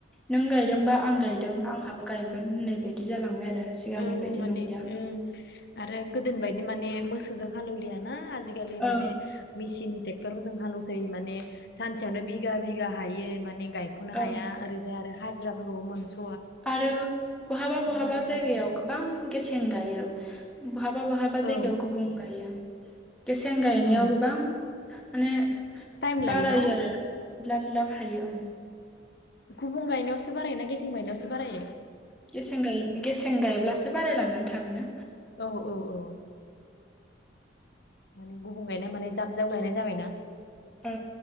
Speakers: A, in the centre; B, on the left.
A: नों गायदोंबा आं गायदों आंहाबो गायगोन होनै बिदि जालांबाय आरो सिगांनि
B: उम
A: बायदि
B: माने
A: नंलिया
B: उम आरो गोदोनि बायदि माने मोसौजों हालेवलियाना? आजिखालि
A: औ
B: माने मेचिन ट्रेक्टरफोर जों हालेवसै माने सानसेयावनो बिगा बिगा हायो माने गायख'नो
A: औ
B: हाया ओरैजाय आरो हाजो जोंहाबो न'आव मोनसु <unintelligible>
A: आरो बहाबा बहाबा
B: माने
A: जायगायाव गोबां गेसें गायो। बहाबा बहाबा
B: औ
A: जायगायावखौ गुबुं गायो। गेसें गायनायाव
B: औ
A: गोबां माने
B: टाइम लायो
A: बारायो
B: न'
A: आरो <unintelligible> लाब हायो ओं
B: गुबुं गायनायावसो बाराय ना गेसें गायनायावसो बारायो?
A: गेसें गाय गेसें गायब्लासो बारायलांगोन थाबनो,
B: औ औ औ माने गुबुं गायनाय माने जाब जाब गायनाय जाबायना?
A: औ